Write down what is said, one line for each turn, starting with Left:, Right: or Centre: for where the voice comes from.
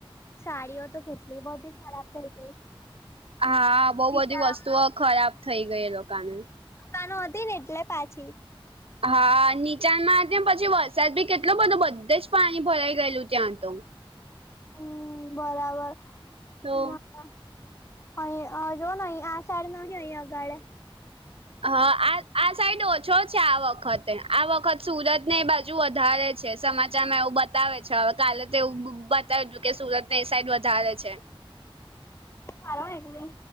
Left: સાડીઓ તો કેટલી બધી ખરાબ થઈ ગઈ.
Right: હા બઉ
Left: સીતારામ
Right: બધી વસ્તુઓ ખરાબ થઇ ગઈ એ લોકાને.
Left: કાનો હતી ને એટલે પાછી
Right: હા, નીચાણમાં તે પછી વરસાદ ભી કેટલો બધો બધે જ પાણી ભરાઈ ગયેલું ત્યાં તો.
Left: હમ્મ, બરાવર
Right: તો
Left: ના ત્યાં અહી આજો નઈ આ સાડી નાખી ને અહીં આગાળે
Right: હા આ આ સાઈડ ઓછો છે આ વખતે આ વખત સુરત ને એ બાજુ વધારે છે સમાચામાં એવું બ તાવે છે હવે કાલે તો બ-બતાવું કે સુરત ને એ સાઈડ વધારે છે.
Left: ખાલો ને એક મઈ